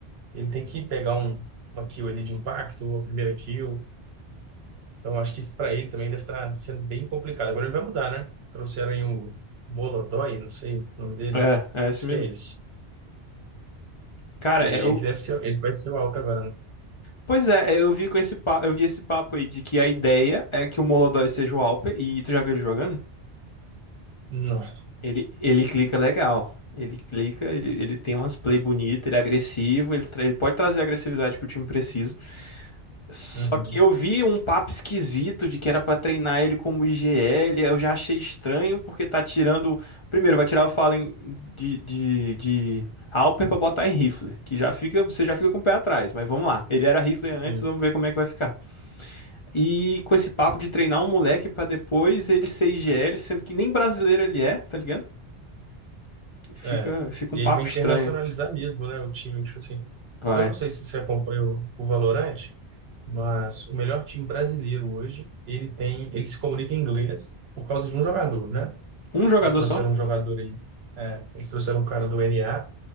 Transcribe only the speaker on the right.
Ele tem que pegar um, uma kill ali de impacto, uma primeira kill. Então, acho que isso para ele também deve estar sendo bem complicado. Agora ele vai mudar, né? Trouxeram aí o Molodói, não sei o nome dele.
Acho
que é isso.
E aí
ele deve ser, ele vai ser o Alckmin agora. né?
Não.
Uhum,
sim.
É.
E
aí vai internacionalizar
mesmo, né? O time, tipo assim.
Eu não sei se você acompanha o, o Valorant, mas o melhor time brasileiro hoje, ele tem, ele se comunica em inglês por causa de um jogador, né?
Eles trouxeram
um jogador aí, é, eles trouxeram um cara do NA